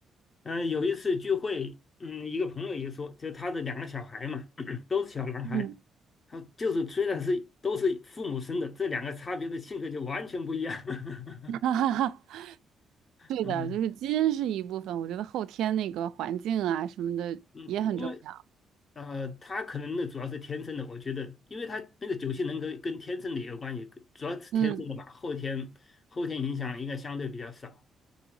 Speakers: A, on the left; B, on the right.
A: 嗯、有一次聚会，嗯，一个朋友也说，就他的两个小孩嘛，<clears throat> 都是小男孩，
B: 嗯，
A: 他就是虽然是都是父母生的，这两个差别的性格就完全不一样。<laughs>
B: <laughs> 哈哈哈，<laughs> 对的，
A: 嗯
B: 就是基因是一部分，我觉得后天那个环境啊什么的也很重要。
A: 嗯，因为呃，他可能那主要是天生的，我觉得，因为他那个九型人格跟天生的也有关系，主要是天生的吧，
B: 嗯。
A: 后天后天影响应该相对比较少。